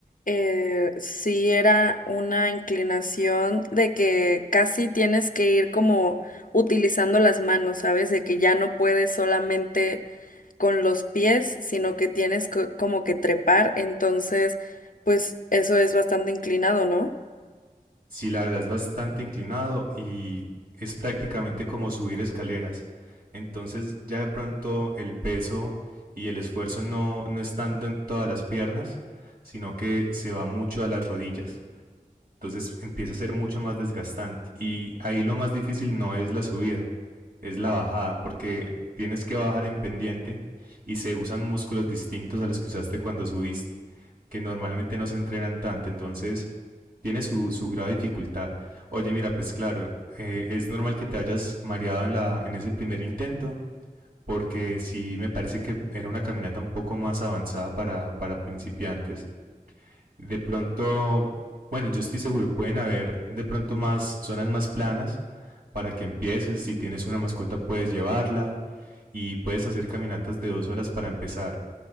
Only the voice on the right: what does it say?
Sí, la verdad es bastante inclinado y es prácticamente como subir escaleras. Entonces ya de pronto el peso y el esfuerzo no, no es tanto en todas las piernas, sino que se va mucho a las rodillas. Entonces empieza a ser mucho más desgastante. Y ahí lo más difícil no es la subida, es la bajada, porque tienes que bajar en pendiente y se usan músculos distintos a los que usaste cuando subiste, que normalmente no se entrenan tanto. Entonces tiene su, su grave dificultad. Oye, mira, pues claro, eh, es normal que te hayas mareado en, la, en ese primer intento, porque sí me parece que era una caminata un poco más avanzada para, para principiantes. De pronto, bueno, yo estoy seguro, pueden haber de pronto más zonas más planas para que empieces. Si tienes una mascota, puedes llevarla y puedes hacer caminatas de dos horas para empezar.